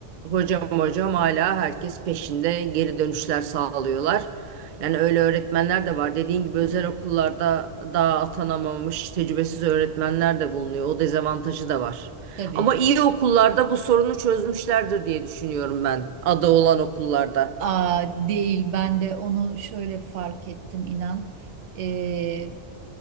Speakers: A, on the right; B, on the right.
A: hocam hocam hala herkes peşinde geri dönüşler sağlıyorlar. Yani öyle öğretmenler de var. Dediğin gibi özel okullarda daha atanamamış tecrübesiz öğretmenler de bulunuyor. O dezavantajı da var.
B: Tabii
A: Ama iyi okullarda bu sorunu çözmüşlerdir diye düşünüyorum ben. Adı olan okullarda.
B: Aa, değil ben de onu şöyle fark ettim inan. Ee,